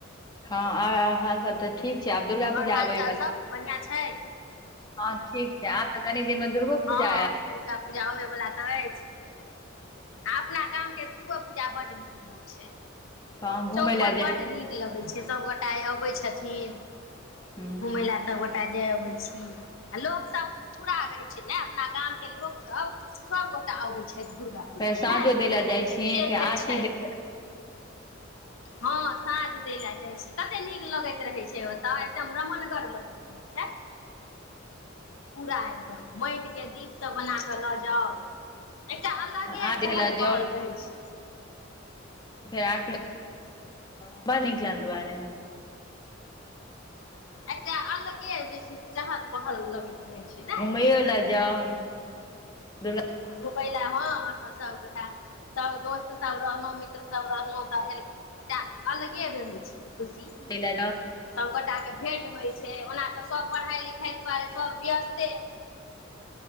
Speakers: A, on the left; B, on the left.
A: हँ हँ आओर हाल सब तऽ ठीक छै आब दुर्गा
B: आओर
A: पूजा
B: हाल
A: आबै
B: चाल सब बढ़िआँ छै
A: हँ ठीक छै आब तऽ कनि दिन मे दुर्गो
B: हँ
A: पूजा आयत
B: दुर्गा पूजा अबयवला तऽ अछि आ अपना गाम के दुर्गो पूजा बड नीक होइ छै
A: हँ घुमय
B: चौक
A: लए
B: पर
A: जाय
B: बड्ड नीक लगै छै सभगोटा अबै छथिन
A: हूँ
B: घूमय लए सभगोटा जाय अबै छी आ लोक सब पूरा रहै छै ने अपना गामके लोकसभ सभगोटाे अबैत छैथ दुर्गा पूजामे
A: फेर साँझो
B: ने
A: दै ले जाइ
B: से
A: छी फेर
B: धरि
A: आरती
B: छै
A: दे
B: हँ साँझ दै लऽ जाइ छी कते नीक लगैत रहै छै ओतऽ एकदम रमनगर लगैत रहै छै पूरा एकदम माटिके दीपसभ बना कऽ लऽ जाउ एकटा अलगे
A: आरती
B: चहल
A: लए जाउ
B: पहल रहै छै
A: फेर आरती हो <unintelligible> दुआरे
B: एकटा अलगे जे छै से चहल पहल लगैत रहे छै ने
A: घुपइयो लऽ जाउ दुर्गा
B: घुमैय लऽ हँ अपन सब गोटा सब दोस्त सब रहलहु मित्र सब सब रहलहुँ तऽ एकटा अलगे रहै छै खुशी
A: पूजा लए
B: सभगोटाके भेंट होइ छै ओना तऽ सभ पढ़ाइ लिखाइ दुआरे सभ व्यस्ते